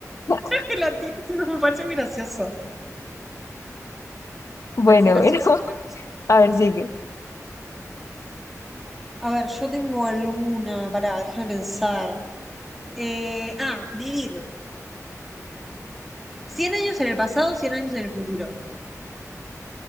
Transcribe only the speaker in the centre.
la gelatina? <laughs> Me parece muy gracioso. Me
parece gracioso.
creo que sí.
A ver, yo tengo alguna, para déjame pensar. Eh, ah, vivir. cien años en el pasado, 100 años en el futuro.